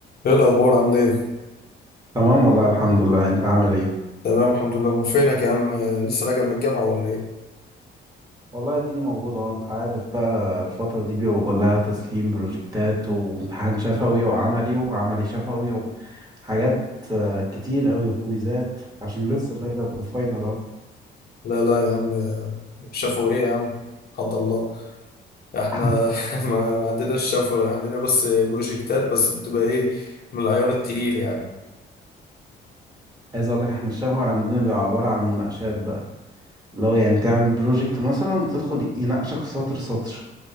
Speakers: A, on the left; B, on the right.
A: ايه الاخبار عامل ايه
B: تمام والله الحمد لله انت عامل ايه
A: تمام الحمد لله أم فينك يا عم لسه راجع من الجامعه ولا ايه
B: والله اديني موجود اهو انت عارف بقى الفترة دي بيبقى كلها تسليم بروجكتات وامتحان شفوي وعملي وعملي شفوي وحاجات آه، كتير قوي وكويزات عشان لسه بنرجع من الفاينل اهو
A: لا لا يا عم شافوا ايه يا عم حد الله احنا
B: <laughs>
A: <laughs> ما ما عندناش شافوا عندنا بس بروجكتات بس بتبقى ايه من العيار التقيل يعني
B: عايز اقول لك احنا الشفوي عندنا بيبقى عبارة عن مناقشات بقى اللي هو يعني تعمل بروجكت مثلا تدخل يناقشك في سطر سطر